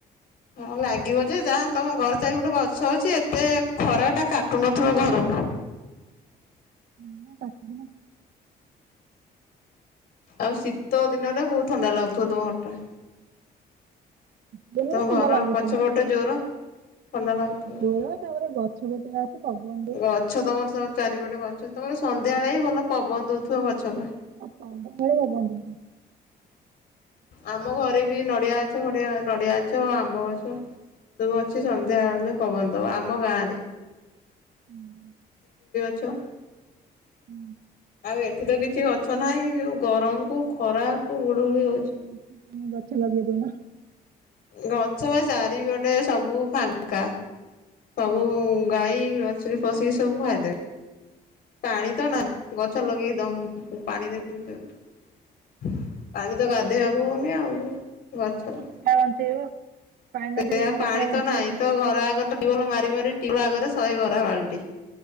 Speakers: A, on the left; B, on the right.
A: ହଁ ଲାଗିବ ଯେ ଯାହାନେ ତମ ଘର ଚାରିପଟେ ଗଛ ଅଛି। ଏତେ ଖରା ଟା କାଟୁନଥିବ ଘରୁକୁ।
B: ହୁଁ। <unintelligible>
A: ଆଉ ଶୀତ ଦିନରେ ବହୁତ ଥଣ୍ଡା ଲାଗୁଥିବ ତମ ଘର ଟା।
B: ଦିନେ
A: ତମ
B: ଥଣ୍ଡା
A: ଘର
B: ଲାଗୁଛି।
A: ପଛ ପଟେ ଜୋର। ଥଣ୍ଡା ଲାଗୁଥିବ
B: ଜୋର ତାପରେ ଗଛ ପତ୍ର ଆସି ପବନ ଦିଏ
A: ଗଛ ତମର ତ ଚାରିପଟ ଗଛ। ତମର ସନ୍ଧ୍ୟାବେଳେ ହିଁ ଭଲ ପବନ ଦଉଥିବ ଗଛ ପାଇଁା
B: ଆ ସଦାବେଳେ ପବନ ଦଉଚି।
A: ଆମ ଘରେ ବି ନଡିଆ ଛ ଭଡିଆ ନଡିଆ ଅଛ ଆମ୍ବ ଗଛ। ସବୁ ଅଛି ସନ୍ଧ୍ୟା ବେଳେ ପବନ ଦବ ଆମ ମ ଗାଁରେ।
B: ହୁଁ।
A: ଛ।
B: ହୁଁ।
A: ଆଉ ଏଠି ତ କିଛି ଗଛ ନାହିଁ। ଯଉ ଗରମ କୁ ଖରା କୁ ଗୁଳୁ ଗୁଳି ହୋଉ
B: ହୁଁ ହୁଁ। ତମେ ଗଛ ଲଗେଇ ଦୋଉନ।
A: ଗଛ ବା ଚାରିପଟେ ସବୁ ଫାଙ୍କା। ସବୁ ଗାଈ ବାଛୁରି ପଶିକି ସବୁ ଖାଇଦେବେ। ପାଣି ତ ନାହିଁ ଗଛ ଲଗେଇଦମ <unintelligible> ପାଣି ଦେମି କେମିତି। ପାଣି ତ ଗାଧୋଇବାକୁ ହଉନି ଆଉ ଗଛରେ
B: ଗଛଟା ବଞ୍ଚେଇବ ପାଣି ନଥିଲେ
A: ସେଆ
B: କେମିତି
A: ପାଣି
B: ଗଛଟା
A: ତ
B: ବଞ୍ଚିବ
A: ନାହିଁ
B: କି
A: ତ ଘର ଆଗରେ ତିବଳ ମାରି ମାରି ତିଗରେ ଶହେ ବାଲଟି